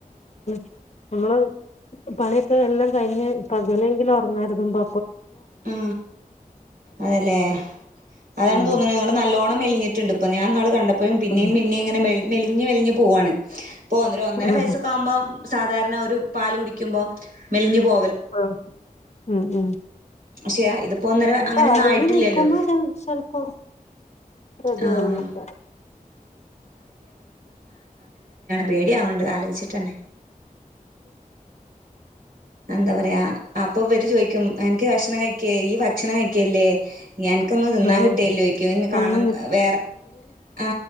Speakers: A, on the left (about 50°); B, on the right (about 85°).
A: ന്നമ്മ്ള് പണിഒക്കെ എല്ലം കഴിഞ്ഞ് പകലെങ്കിലും ഒറങ്ങാര്തുമ്പം
B: ആ അതലേ അതാണ്
A: ഉം
B: തോന്ന്ണ് ങ്ങള് ന്നല്ലോണം മെൽഞ്ഞി ട്ട്ണ്ട് പ്പം ഞാ ന്നാള് കണ്ടപ്പെഴും പിന്നെം
A: ആഹ്
B: പിന്നിം ങ്ങനെ മെൽ മെലിഞ് മെലിഞ്ഞു പോവാണ്, പ്പൊ ഒര് ഒരൊന്നര
A: ആഹ്
B: വയസ്സൊക്കാ അമ്പം സാധാരണ ഒരു പാല് കുടിക്യുമ്പോ മെലിഞ് പോ
A: ആ മ് മ്
B: പക്ഷെ ഇതിപ്പോ ഒന്നര അങ്ങനെയൊന്നും
A: പാലൂടി
B: ആയിട്ടില്ലല്ലോ
A: നിക്കുമ്പോ ചെൽ ചെൽപ്പൊ റെഡി
B: ആഹ്
A: <unintelligible>
B: പേടിആവ്ണ്ട് ആലോയ്ചിട്ടന്നെ എന്താ പറയ്ക അപ്പംവര് ചോയ് ക്യും എൻക്ക് ഭഷണം കഴിക്കെ യ്യ് ഭക്ഷണം കഴിക്കേ ല്ല്യെ ഞാൻക്കൊന്നും തിന്നാം
A: ആഹ്
B: കിട്ടേല്ല്യേഓയ്ക്കും ഇങ് കാണ്ന്ന
A: ഒന്നും
B: വേറെ ആ